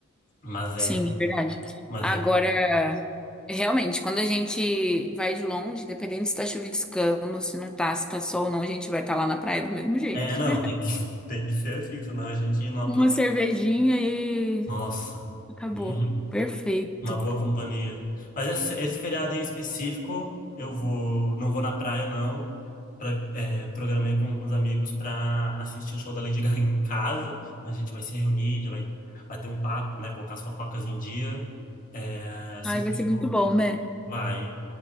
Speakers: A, on the left; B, in the centre.
A: Mas é...
B: Sim, é verdade.
A: Mas
B: Agora,
A: é...
B: realmente, quando a gente vai de longe, dependendo se tá chuviscando, se não tá, se tá sol ou não, a gente vai estar lá na praia do mesmo jeito.
A: É, não,
B: <laughs>
A: tem que, <laughs> tem que ser assim, senão a gente não aproveita.
B: Uma cervejinha e
A: Nossa,
B: acabou.
A: hum,
B: Perfeito.
A: uma boa companhia. Mas esse, esse feriado em específico, eu vou, não vou na praia, não. Pra- é, programei com alguns amigos para assistir o show da Lady Gaga em casa. Então a gente vai se reunir, já vai bater um papo, né? Colocar as fofocas em dia. É, assistir
B: Ai, vai ser muito
A: o show.
B: bom, né?
A: Vai.